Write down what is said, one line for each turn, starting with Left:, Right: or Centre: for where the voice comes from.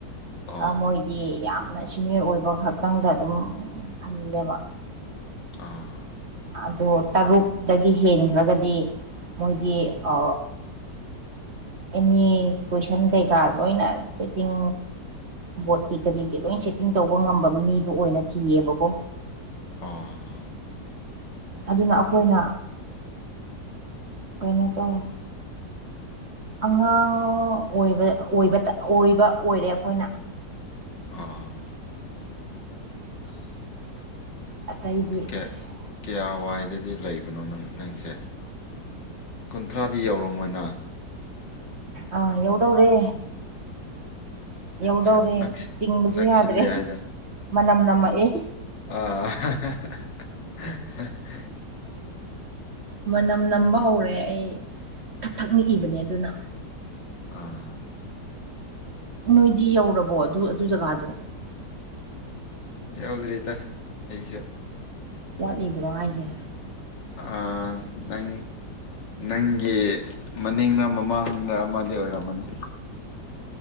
Left: ꯑꯣ
Right: ꯃꯣꯏꯗꯤ ꯌꯥꯝꯅ ꯁꯤꯅꯤꯌꯔ ꯑꯣꯏꯕ ꯈꯛꯇꯪꯗ ꯑꯗꯨꯝ ꯈꯜꯂꯦꯕ
Left: ꯑꯥ
Right: ꯑꯗꯣ ꯇꯔꯨꯛꯇꯒꯤ ꯍꯦꯟꯈ꯭ꯔꯒꯗꯤ ꯃꯣꯏꯗꯤ ꯑ ꯑꯦꯅꯤ ꯀꯣꯏꯁꯟ ꯀꯩꯀꯥ ꯂꯣꯏꯅ ꯁꯦꯠꯇꯤꯡ ꯕꯣꯠꯀꯤ ꯀꯔꯤꯒꯤ ꯂꯣꯏ ꯆꯦꯀꯤꯡ ꯇꯧꯕ ꯉꯝꯕ ꯃꯤꯗꯨ ꯑꯣꯏꯅ ꯊꯤꯌꯦꯕꯀꯣ
Left: ꯑꯣ
Right: ꯑꯗꯨꯅ ꯑꯩꯈꯣꯏꯅ ꯀꯩꯅꯣ ꯇꯧꯋ ꯑꯉꯥꯡ ꯑꯣꯏꯕ ꯑꯣꯏꯕꯇ ꯑꯣꯏꯕ ꯑꯣꯏꯔꯦ ꯑꯩꯈꯣꯏꯅ
Left: ꯑꯝ <inaudible>
Right: ꯑꯇꯩꯗꯤ
Left: ꯀꯌꯥ
Right: ꯏꯁ
Left: ꯀꯌꯥ ꯋꯥꯏꯗꯗꯤ ꯂꯩꯕꯅꯣ ꯅꯪ ꯅꯪꯁꯦ ꯀꯨꯟꯊ꯭ꯔꯥꯗꯤ ꯌꯧꯔꯝꯃꯣꯏꯅꯥ
Right: ꯑꯥ ꯌꯎꯗꯧꯔꯦ ꯌꯧꯗꯧꯔꯦ
Left: ꯈꯔ ꯅꯛꯁꯤ
Right: ꯆꯤꯡꯕꯁꯨ
Left: ꯅꯛꯁꯤꯜꯂꯦ
Right: ꯌꯥꯗ꯭ꯔꯦ
Left: ꯍꯥꯏꯗ
Right: ꯃꯅꯝ ꯅꯝꯃꯛꯑꯦ
Left: ꯑꯥ <unintelligible>
Right: ꯃꯅꯝ ꯅꯝꯕ ꯍꯧꯔꯦ ꯑꯩ ꯊꯛ ꯊꯛ ꯅꯤꯛꯏꯕꯅꯦ ꯑꯗꯨꯅ
Left: ꯑꯥ
Right: ꯅꯣꯏꯗꯤ ꯌꯧꯔꯕꯣ ꯑꯗꯨ ꯑꯗꯨ ꯖꯒꯥꯗꯣ
Left: ꯌꯥꯎꯗ꯭ꯔꯤꯗ ꯑꯩꯁꯨ
Right: ꯋꯥꯠꯂꯤꯕ꯭ꯔꯣ ꯍꯥꯏꯖꯦ
Left: ꯑꯥ ꯅꯪ ꯅꯪꯒꯤ ꯃꯅꯤꯡꯂ ꯃꯃꯥꯡꯂ ꯑꯃꯗꯤ ꯑꯣꯏꯔꯃꯅꯤ